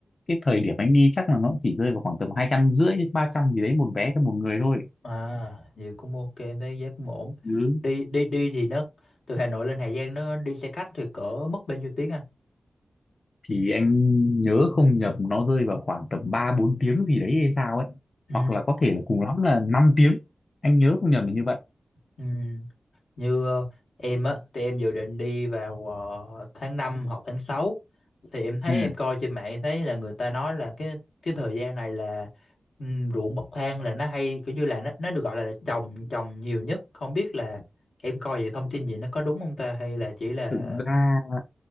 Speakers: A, on the left; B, on the left.
A: cái thời điểm anh đi chắc là nó chỉ rơi vào khoảng tầm hai trăm rưỡi đến ba trăm gì đấy một vé cho một người thôi
B: À, vậy cũng ok, em thấy giá cũng ổn.
A: Ừ.
B: Đi đi đi thì nó từ Hà Nội lên Hà Giang nó đi xe khách thì cỡ mất bao nhiêu tiếng anh?
A: Thì anh nhớ không nhầm nó rơi vào khoảng tầm 3 4 tiếng gì đấy hay sao ấy.
B: Ừ.
A: Hoặc là có thể là cùng lắm là 5 tiếng. Anh nhớ không nhầm là như vậy.
B: Ừ. Như ờ, em á thì em dự định đi vào ờ, tháng 5 hoặc tháng sáu thì em thấy
A: Ừ.
B: em coi trên mạng em thấy là người ta nói là cái cái thời gian này là um, ruộng bậc thang là nó hay kiểu như là nó nó được gọi là trồng trồng nhiều nhất không biết là em coi vậy thông tin gì nó có đúng không ta hay là chỉ là
A: Thực ra